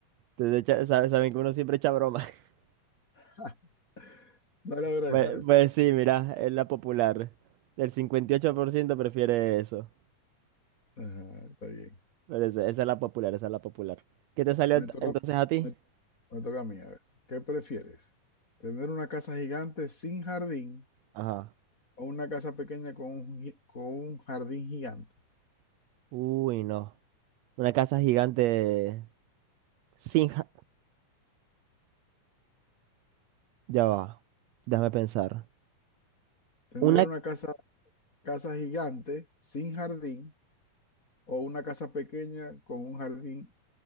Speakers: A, on the right; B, on the left.
A: Entonces, echa- sabe- saben que uno siempre echa broma. <laughs>
B: <laughs> Dale a ver a
A: Pues,
B: esa, a ver.
A: pues sí, mira, es la popular. El 58% prefiere eso.
B: Ajá, está bien.
A: Pero esa, esa es la popular, esa es la popular. ¿Qué te salió
B: Me
A: ent-
B: toca,
A: entonces a ti?
B: me, me toca a mí, a ver. ¿Qué prefieres? ¿Tener una casa gigante sin jardín
A: Ajá.
B: o una casa pequeña con un, gi- con un jardín gigante?
A: Uy, no. Una casa gigante sin... ja- Ya va. Déjame pensar.
B: ¿Tener
A: Una...
B: una casa, casa gigante sin jardín o una casa pequeña con un jardín